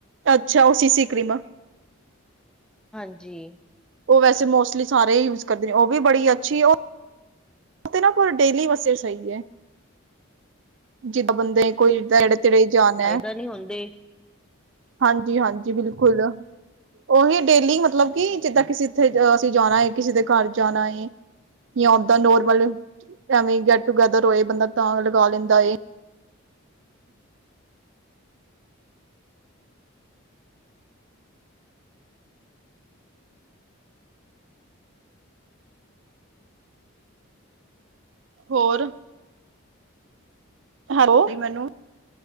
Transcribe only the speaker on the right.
ਅੱਛਾ, ਉਹ ਸੀਸੀ ਕ੍ਰੀਮ ਸੀ।
ਉਹ ਵੈਸੇ ਮੋਸਟਲੀ ਸਾਰੇ ਹੀ ਯੂਜ਼ ਕਰਦੇ ਨੇ। ਉਹ ਵੀ ਬੜੀ ਅੱਛੀ ਓਹ ਉਹ ਤੇ ਨਾ ਕੋ ਡੇਲੀ ਬਸੇ ਸਹੀ ਆ। ਜਿੱਦਾਂ ਬੰਦੇ ਨੇ ਕੋਈ ਨੇੜੇ ਤੇੜੇ ਜਾਣਾ।
ਹਾਂਜੀ -ਹਾਂਜੀ ਬਿਲਕੁਲ। ਓਹੀ ਡੇਲੀ ਮਤਲਬ ਕਿ ਜਿੱਦਾਂ ਕਿਸੇ ਇੱਥੇ ਅਸੀ ਜਾਣਾ ਏ ਕਿਸੇ ਦੇ ਘਰ ਜਾਣਾ ਏ ਯਾ ਓਦਾ ਨੋਰਮਲ ਐਵੇਂ ਈ ਗੈਟ ਟੂਗੈਦਰ ਹੋਏ ਬੰਦਾ ਤਾਂ ਲਗਾ ਲੇੰਦਾ ਏ। ਹੋਰ? ਹੈਲੋ <unintelligible> ਮੈਨੂੰ